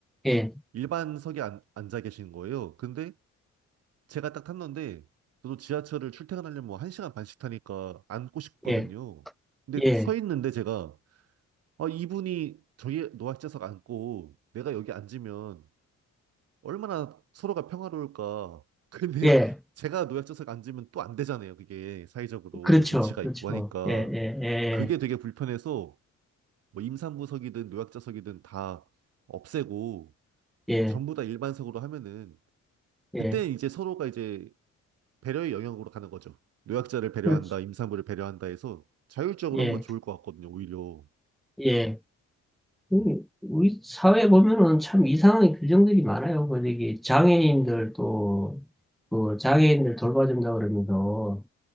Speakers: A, in the centre; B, on the right (about 55°).
A: 예,
B: 일반석에 앉, 앉아 계신 거예요. 근데 제가 딱 탔는데 저도 지하철을 출퇴근하려면 뭐 1시간 반씩 타니까 앉고 싶거든요.
A: 예,
B: 근데 그서
A: 예,
B: 있는데 제가 아, 이분이 저기 노약자석 앉고 내가 여기 앉으면 얼마나 서로가 평화로울까. <laughs> 근데
A: 예,
B: 제가 노약자석 앉으면 또 안 되잖아요. 그게 사회적으로
A: 그렇죠,
B: 눈치가
A: 그렇죠,
B: 있고 하니까
A: 예, 예, 예,
B: 아, 그게 되게 불편해서 뭐 임산부석이든 노약자석이든 다 없애고
A: 예,
B: 전부 다 일반석으로 하면은
A: 예,
B: 그때 이제 서로가 이제 배려의 영역으로 가는 거죠. 노약자를 배려한다,
A: 그렇죠,
B: 임산부를 배려한다 해서 자율적으로
A: 예,
B: 하면 좋을 것 같거든요, 오히려.
A: 예. 우리
B: 음.
A: 우리 사회 보면은 참 이상한 규정들이 많아요. 뭐, 저기, 장애인들도, 그 장애인들 돌봐준다 그러면서,